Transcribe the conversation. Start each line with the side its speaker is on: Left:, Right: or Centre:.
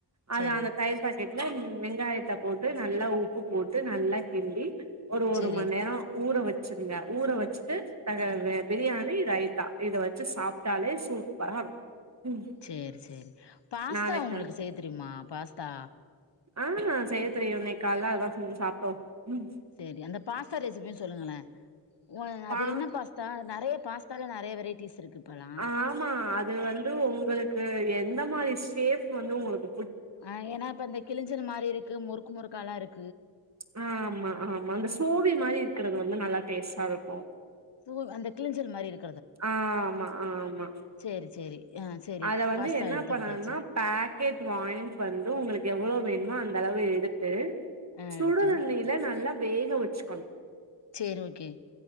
Right: அது
Left: சரி
Right: அந்த தயிர் பாக்கெட் <unintelligible> வெங்காயத்த போட்டு நல்லா உப்பு போட்டு நல்லா கிண்டி ஒரு ஒரு
Left: சரி
Right: மண் நேரோ ஊற வச் சிருங்க ஊற வச்சுட்டு இப்ப அந்த பிரியாணி ரைத்தா இத வச்சு சாப்பிட்டாலே சூப்பரா இருக்கு ம்
Left: சேரி சேரி பாஸ்தா
Right: நாளைக்கு
Left: உங்களுக்கு செய் தெரியுமா ஆ பாஸ்தா
Right: ஆ செய்ய தெரியு இன்னைக் காலைல அதா செஞ்சு சாப்ட்டோ ம்
Left: செரி அந்த பாஸ்தா ரெசிபியு சொல்லுங்களே உ அது
Right: பா
Left: என்ன பாஸ்தா அது நெறைய பாஸ்தால நெறைய வெரைட்டிஸ் இருக்கு இப்பல்லாம்
Right: ஆமா அது வந்து உங்களுக்கு எந்த மாரி ஷேஃப் வந்து உங்களுக்
Left: ஆஹ் ஏனா இப்ப அந்த கிளிஞ்சல் மாரி இருக்கு முறுக்கு முறுக்கால்லா இருக்
Right: ஆஹ் ஆமா ஆமா அந்த சோவி மாரி இருக்கறது வந்து நல்லா டேஸ்சா இருக்கு
Left: ஓ அந்த கிளிஞல் மாரி இருக்
Right: ஆ ஆமா ஆ ஆமா
Left: சரி சரி ஆ சரி
Right: அத வந்து
Left: பாஸ்தா
Right: என்ன
Left: எடுத்துக்கிட்டாச்சு
Right: பண்ணணுனா பாக்கெட் வாய்ண்ட் வந்து உங்களுக்கு எவ்வளோ வேணு மோ அந்த அளவு எடுத்து
Left: ஆ
Right: சுடுதண்ணியில
Left: எடுத்து
Right: நல்லா வேக வச்சுக்கணு
Left: சரி ஓகே